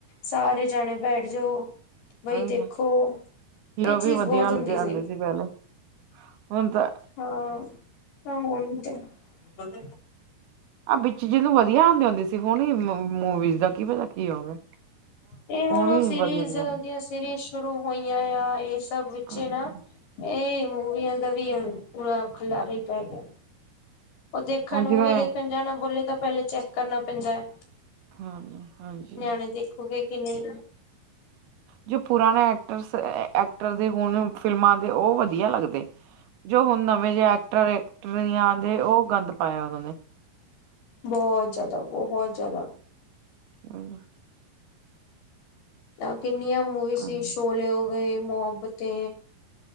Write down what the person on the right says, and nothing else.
ਉਹੀ
ਨਾ। ਹੀਰੋ
ਵੀ ਵਧੀਆ
ਲਗਦੇ
ਆਂਦੇ
ਪਹਿਲੇ ਹੁਣ ਤਾ
ਆਹ ਵਿੱਚ ਜੀ ਨੁੰ ਵਧੀਆ ਆਂਦੀ ਹੋਂਦੀ ਸੀ, ਹਣੀ ਮੂਵੀਜ਼ ਦਾ ਕੀ ਪਤਾ, ਕੀ ਹੋ ਗਿਆ।
ਹੀ
ਵਧੀਆ ਵਧੀਆ
ਨੇ
ਹੂੰ
ਹੁਣ
ਜਿਵੇਂ
ਹਾਂ ਹਾਂਜੀ।
ਜੋ ਪੁਰਾਣੇ ਐਕਟਰ ਐਕਟਰ ਦੇ ਹੁਣ ਫਿਲਮਾਂ ਦੇ ਉਹ ਵਧੀਆ ਲੱਗਦੇ। ਜੋ ਹੁਣ ਨਵੇਂ ਜਿਹੇ ਐਕਟਰ ਐਕਟਰਨਿਆ ਦੇ ਉਹ ਗੰਦ ਪਾਇਆ ਉਹਨਾਂ ਨੇ।
ਹਮ
ਹਾਂਜੀ,